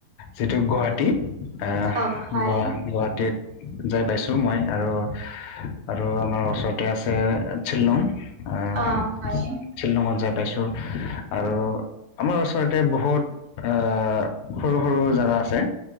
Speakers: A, on the left (about 80°); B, on the right (about 45°).
A: যিটো গুৱাহাটী। এহ
B: অ হয়
A: গুৱা গুৱাহাটীত যাই পাইছো মই, আৰু আৰু আমাৰ ওচৰত তে আছে শিলং, আঁহ।
B: অ হয়
A: শ্বিলঙত যাই পাইছোঁ, আৰু আমাৰ ওচৰতে বহুত এ সৰু সৰু জাগা আছে